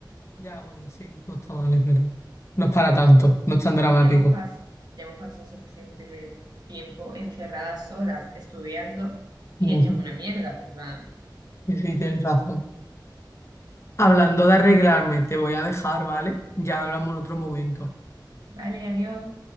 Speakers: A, on the left; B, on the right.
A: Ya, bueno, sí, no está mal, es verdad. No es para tanto, no es tan dramático.
B: Ya hemos, pas- ya hemos pasado suficiente tiempo encerradas solas, estudiando, y
A: Ujú,
B: hechas una mierda. En plan,
A: Sí, sí, tienes razón. Hablando de arreglarme, te voy a dejar, ¿vale? Ya hablamos en otro momento.
B: vale, adiós.